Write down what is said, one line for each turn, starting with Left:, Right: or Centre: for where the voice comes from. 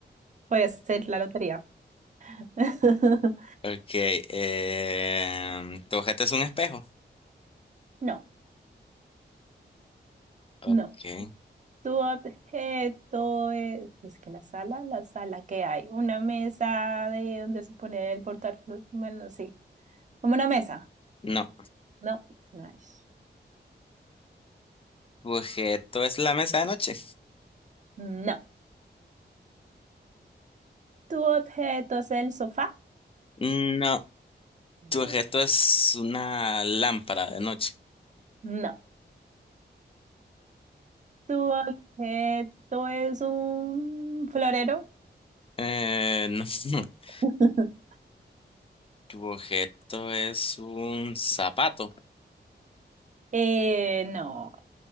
Right: Voy a hacer la lotería. <laughs>
Left: Ok. em, tu objeto es un espejo.
Right: No,
Left: Ok.
Right: no. Tu objeto es, es que la sala, la sala que hay, una mesa de donde se pone el portátil, bueno, sí, como una mesa.
Left: No.
Right: No, no es.
Left: ¿Tu objeto es la mesa de noche?
Right: No. Tu objeto es el sofá.
Left: No.
Right: No.
Left: ¿Tu objeto es una lámpara de noche?
Right: No. Tu objeto es un florero.
Left: Eh, no. <laughs>
Right: <laughs>
Left: ¿Tu objeto es un zapato?
Right: Eh, no,